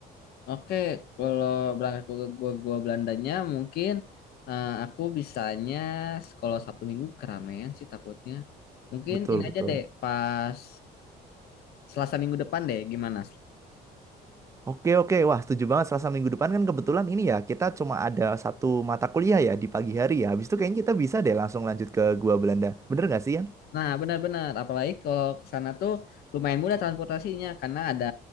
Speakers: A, on the left; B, on the right.
A: Oke, kalau berangkat ke gua gua Belandanya mungkin eh, aku bisanya kalau Sabtu Minggu keramaian sih takutnya. Mungkin
B: Betul,
A: ini
B: betul.
A: aja deh pas Selasa minggu depan deh gimana?
B: Oke, oke. Wah, setuju banget. Selasa minggu depan kan kebetulan ini ya, kita cuma ada satu mata kuliah ya di pagi hari ya. Habis itu kayaknya kita bisa deh langsung lanjut ke Gua Belanda. Bener nggak sih,
A: Nah, benar-benar. Apalagi kalau ke sana tuh lumayan mudah transportasinya karena ada